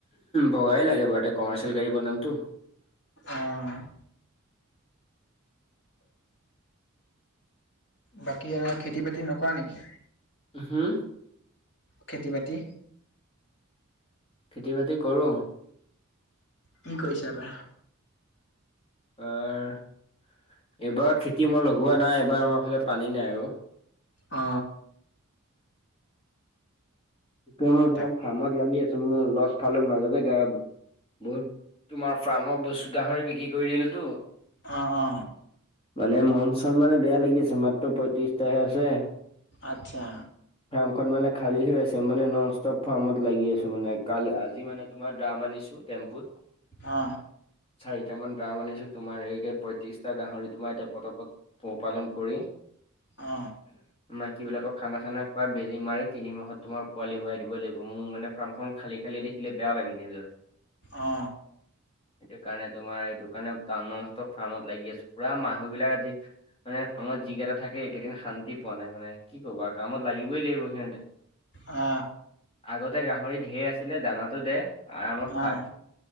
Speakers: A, on the left (about 30°); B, on the left (about 55°).
A: বগাই লাগে বাৰুতে, কমাৰ্চিয়েল গাড়ী বনামটো।
B: অ'। বাকী, এনে খেতি-বাতি নকৰা নেকি?
A: হুম।
B: খেতি বাতি?
A: খেতি বাতি কৰোঁ।
B: কি কৰিছা এইবাৰ?
A: আমাৰ এইবাৰ খেতি মই লগোৱা নাই এবাৰ আমাৰ ফালে পানী নাই অ।
B: অ।
A: নহয় মই তোমাৰ
B: তাক
A: ফ্ৰামত লাগি আছো, মোৰ লষ্ট খালো মাজতে গায়ব। বহুত তোমাৰ ফ্ৰামৰ বছ গাহৰি বিক্ৰী কৰি দিলেটো।
B: অ অ।
A: মানে মনচন মানে বেয়া লাগি আছে মাত্ৰ পয়ত্ৰিশটাহে আছে।
B: আচ্ছা।
A: ফাৰ্মখন মানে খালী হৈ আছে। মানে ননষ্টপ ফাৰ্মত লাগি আছো মানে কাল আজি মানে তোমাৰ ড্ৰাম আনিছো টেম্পুত।
B: অ।
A: চাৰিট মান ড্ৰাম আনিছো, তোমাৰ এই পয়ত্ৰিশটা গাহৰি তোমাৰ এতিয়া পতাপত পোহ-পালন কৰি
B: অ
A: মাইকীবিলাকক খানা-চানা খোৱাই, বেজী মাৰি তিনি মাহত তোমাৰ পোৱালি হোৱাই দিবই লাগিব। মোৰ মানে ফাৰ্মখন খালী খালী দেখিলে বেয়া লাগে নিজৰে।
B: অ।
A: সেইটো কাৰণে তোমাৰ সেইটো কাৰণে ননষ্টপ ফাৰ্মত লাগি আছো পোৰা মানুহবিলাক আজি মানে ফাৰ্মত যিকেইটা থাকে এইকেইদিন শান্তি পোৱা নাই মানে কি ক'বা কামত লাগিবই লাগিব সিহঁতে।
B: অ।
A: আগতে গাহৰি ঢেৰ আছিলে দানাটো আৰামত
B: আহ
A: থাক।